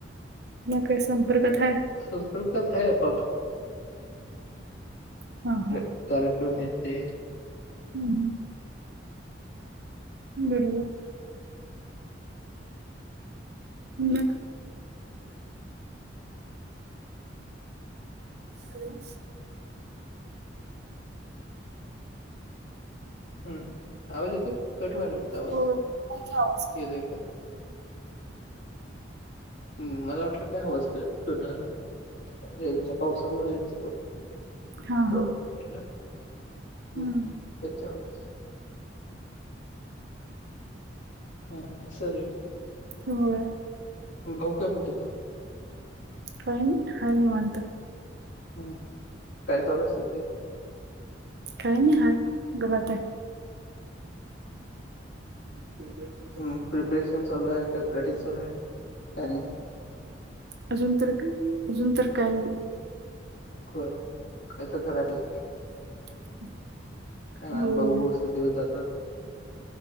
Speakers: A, on the right; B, on the left.
A: न काय संपर्कच आहे
B: संपर्कात आहे आपप
A: हा हा
B: कार कार्यक्रमेत
A: हम्म हम् बड हम् हॅलो
B: हम् ह आवाज येतो कठवा्हायला वाटतो आवाज
A: हो हाय की आवाज
B: येतो आहे काय हम् मला वाटलं काय आवाज कटला रेंच्या पावसामुळे रेंचा
A: हा
B: प्रॉब्ले
A: हा
B: वाटलं ह्
A: हम्म
B: तेच्याच हा हा असल.
A: हो.
B: बहु कामत ना.
A: कायन हा निवत
B: हम्म काय चालाय सध
A: काही नाही ह घरात. <unintelligible>
B: हम् प्रिपरेशन चालू आहे काय प्रॅक्टिस चालू आहे का नाही.
A: अजून तर अजून तर काही
B: हो काय तर कराय पाज
A: <unintelligible>
B: कार
A: होय
B: बघू बघू अस दिवस जातात.